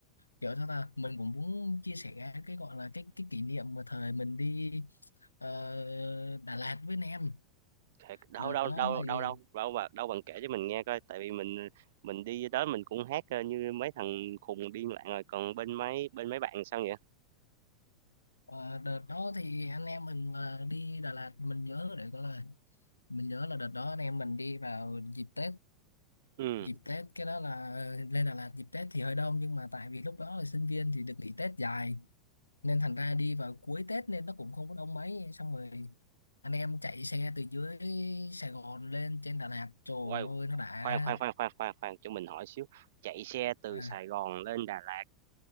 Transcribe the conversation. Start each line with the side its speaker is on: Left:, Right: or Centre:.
Left: kiểu sao ta mình cũng muốn chia sẻ cái gọi là cái cái kỷ niệm mà thời mình đi ờ, Đà Lạt với anh em
Right: Thiệt, đâu,
Left: đợt
Right: đâu,
Left: đó
Right: đâu,
Left: thì
Right: đâu, đâu, đâu bà đâu bạn kể cho mình nghe coi, tại vì mình mình đi tới mình cũng hát, ơ, như mấy thằng khùng điên loạn rồi, còn bên mấy bên mấy bạn sao vậy?
Left: ờ, đợt đó thì anh em mình là đi Đà Lạt mình nhớ để gọi là mình nhớ là đợt đó anh em mình đi vào dịp Tết
Right: Ừm,
Left: dịp Tết cái đó là lên Đà Lạt dịp Tết thì hơi đông nhưng mà tại vì lúc đó là sinh viên thì được nghỉ Tết dài nên thành ra đi vào cuối Tết nên nó cũng không có đông mấy xong rồi anh em chạy xe từ dưới Sài Gòn lên trên Đà Lạt trời
Right: uầy,
Left: ơi nó đã
Right: khoan, khoan, khoan, khoan, khoan, khoan, cho mình hỏi xíu, chạy xe từ
Left: à,
Right: Sài Gòn lên Đà Lạt,